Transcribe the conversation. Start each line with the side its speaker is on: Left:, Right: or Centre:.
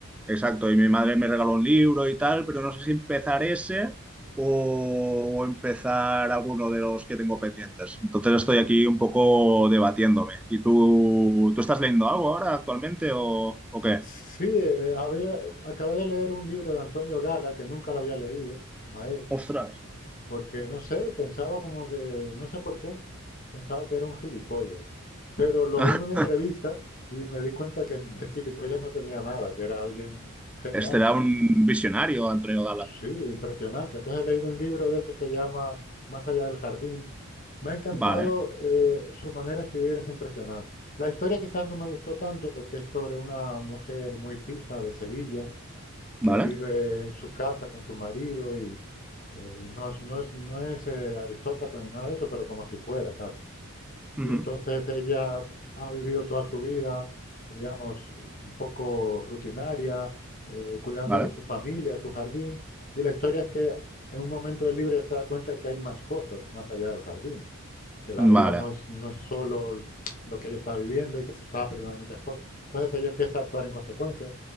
Centre: Exacto, y mi madre me regaló un libro y tal, pero no sé si empezar ese o, o empezar alguno de los que tengo pendientes. Entonces
Left: Y,
Centre: estoy aquí un poco debatiéndome. ¿Y tú,
Left: y-
Centre: tú estás leyendo algo ahora actualmente o, o qué?
Left: sí, eh, había, eh, acabé de leer un libro de Antonio Gala que nunca lo había leído a él,
Centre: Ostras.
Left: porque no sé, pensaba como que, no sé por qué, pensaba que era un gilipollas. Pero lo
Centre: <laughs>
Left: vi en una entrevista y me di cuenta que <laughs> de gilipollas no tenía nada, que era alguien genial.
Centre: Este un visionario, Antonio Gala.
Left: Sí, impresionante. Entonces he leído un libro de él que se llama Más allá del jardín. Me ha encantado,
Centre: Vale,
Left: eh, su manera de escribir es impresionante. La historia quizás no me gustó tanto porque es sobre una mujer muy pija de Sevilla
Centre: vale,
Left: que vive en su casa con su marido y eh, no es, no es, no es, eh, aristócrata ni nada de eso, pero como si fuera casi.
Centre: ujú,
Left: Y entonces ella ha vivido toda su vida, digamos, un poco rutinaria, eh, cuidando
Centre: vale,
Left: de su familia, de su jardín. Y la historia es que en un momento del libro ella se da cuenta de que hay más cosas más allá del jardín, que la
Centre: vale.
Left: vida no es, no es solo lo que ella está viviendo y que se está aprendiendo muchas cosas. Entonces ella empieza a actuar en consecuencia.